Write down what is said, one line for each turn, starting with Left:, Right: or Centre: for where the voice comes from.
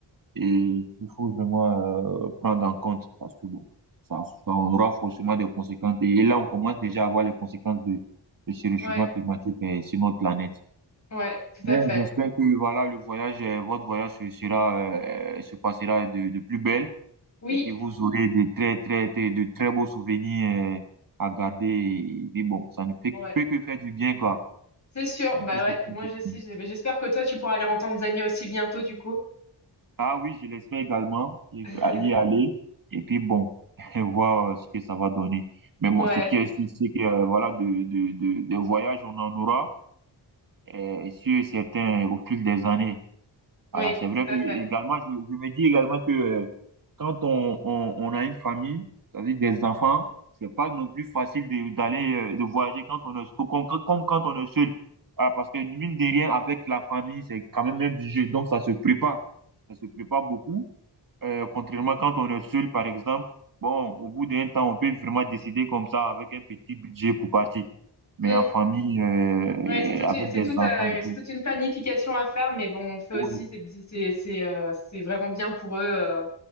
Right: Et il faut vraiment euh, prendre en compte parce que bon, ça, ça aura forcément des conséquences. Et là, on commence déjà à voir les conséquences de, de ce réchauffement
Left: ouais,
Right: climatique euh, sur notre planète.
Left: ouais, tout
Right: Ben,
Left: à fait.
Right: j'espère que voilà, le voyage, euh, votre voyage se sera, euh, se passera de, de plus belle
Left: Oui,
Right: et que vous aurez des très, très, très- de très beaux souvenirs euh, à garder. Et, puis bon, ça ne fait,
Left: ouais,
Right: peut que faire du bien, quoi.
Left: c'est sûr.
Right: Ça ne
Left: Bah
Right: peut que
Left: ouais,
Right: faire
Left: moi
Right: du
Left: j'essaie,
Right: bien.
Left: j'espère que toi, tu pourras aller en Tanzanie aussi bientôt, du coup.
Right: Ah oui, je l'espère également y
Left: <laughs>
Right: y aller. Et puis bon, <laughs> voir euh, ce que ça va donner. Mais
Left: Ouais,
Right: bon, ce qui est sûr, c'est que euh, voilà, de, de, de, de voyages, on en aura, euh, sur certains au fil des années.
Left: oui,
Right: Voilà, c'est vrai
Left: tout
Right: que
Left: à fait.
Right: également, je, je me dis également que euh, quand on, on, on a une famille, c'est-à-dire des enfants, c'est pas non plus facile de- d'aller euh, de voyager quand on est quand, quand, quand quand on est seul. Ah, parce que mine de rien, avec la famille, c'est quand même un jeu. Donc ça se prépare. Ça se prépare beaucoup. Euh, contrairement quand on est seul, par exemple, bon, au bout d'un temps, on peut vraiment décider comme ça avec un petit budget pour partir. Mais
Left: Mm.
Right: en famille, euh,
Left: Ouais,
Right: et
Left: c'est toute,
Right: avec
Left: c'est
Right: des
Left: toute,
Right: enfants
Left: euh,
Right: et
Left: c'est
Right: tout.
Left: toute une planification à faire, mais bon, on fait
Right: Oui,
Left: aussi, c'est, c'est, c'est, euh, c'est vraiment bien pour eux, euh,